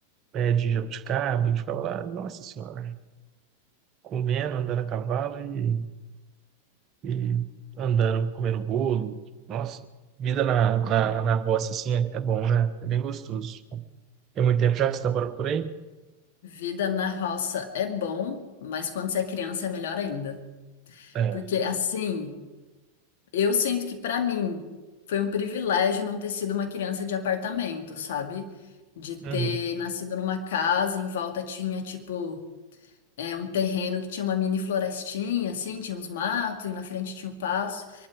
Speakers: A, on the right; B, on the left.
A: pé de jabuticaba, a gente ficava lá, nossa senhora. comendo, andando a cavalo e, e andando, comendo bolo. Nossa, vida na, na, na roça, assim, é, é bom, né? É bem gostoso. Tem muito tempo já que você está morando por aí?
B: Vida na roça é bom, mas quando você é criança é melhor ainda.
A: É.
B: Porque, assim, eu sinto que pra mim foi um privilégio não ter sido uma criança de apartamento, sabe? De ter
A: Uhum.
B: nascido numa casa, em volta tinha, tipo é, um terreno que tinha uma mini florestinha, assim, tinha uns matos e na frente tinha um passo.